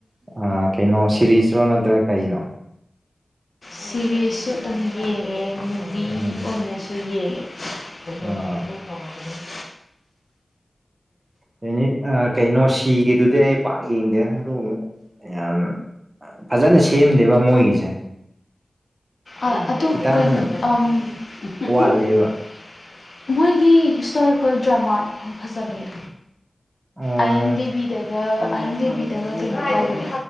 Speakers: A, on the right (about 35°); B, on the left (about 55°).
A: ꯑꯥ ꯀꯩꯅꯣ ꯁꯤꯔꯤꯁꯔꯣ ꯅꯠꯇ꯭ꯔ ꯀꯩꯅꯣ
B: ꯁꯤꯔꯤꯁꯁꯨ ꯑꯗꯨꯝ ꯌꯦꯡꯉꯦ ꯃꯨꯚꯤ
A: ꯎꯝ
B: ꯑꯣꯏꯅꯁꯨ ꯌꯦꯡꯉꯦ <inaudible>
A: ꯑꯥ ꯌꯨꯅꯤꯠ ꯑꯥ ꯀꯩꯅꯣ ꯁꯤꯒꯤꯗꯨꯗꯤ ꯑꯩ ꯄꯥꯛ ꯌꯦꯡꯗꯦ ꯑꯗꯨꯒꯨꯝꯕꯗꯣ ꯌꯥꯝ ꯑ ꯐꯖꯅ ꯁꯦꯝꯗꯦꯕ ꯃꯣꯏꯒꯤꯁꯦ
B: ꯑꯥ ꯑꯗꯨ
A: ꯈꯤꯇꯪ
B: ꯀꯩꯅꯣ ꯑꯥꯝ <unintelligible>
A: ꯋꯥꯠꯂꯦꯕ
B: ꯃꯣꯏꯒꯤ ꯍꯤꯁꯇꯣꯔꯤꯀꯜ ꯗ꯭ꯔꯃꯥ ꯌꯥꯝ ꯐꯖꯕꯅꯦ
A: ꯑꯣ
B: ꯑꯥꯌꯦꯟꯗꯦꯕꯤꯗꯒ ꯑꯥꯌꯟꯗꯦꯕꯤ ꯗꯒ ꯀꯩꯅꯣ ꯇꯧꯕꯅꯦ